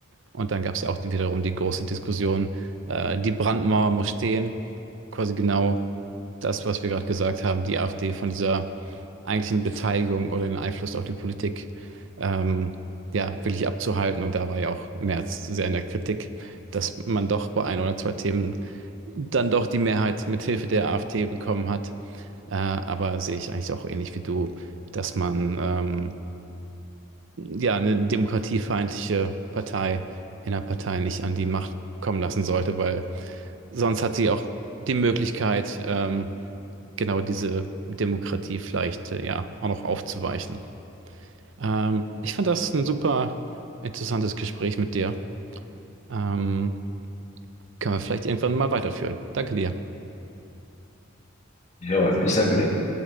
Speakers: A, on the right; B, on the left.
A: Und dann gab es ja auch wiederum die große Diskussion, äh, die Brandmauer muss stehen. Quasi genau das, was wir gerade gesagt haben, die AfD von dieser eigentlichen Beteiligung oder den Einfluss auf die Politik ähm, ja, wirklich abzuhalten. Und da war ja auch Merz sehr in der Kritik, dass man doch bei ein oder zwei Themen dann doch die Mehrheit mit Hilfe der AfD bekommen hat. Äh, aber sehe ich eigentlich auch ähnlich wie du, dass man ähm, ja, eine demokratiefeindliche Partei in der Partei nicht an die Macht kommen lassen sollte, weil sonst hat sie auch die Möglichkeit, ähm, genau diese Demokratie vielleicht äh, ja auch noch aufzuweichen. Ähm, ich fand das ein super interessantes Gespräch mit dir. Ähm, können wir vielleicht irgendwann mal weiterführen. Danke dir.
B: Ja, ich danke dir.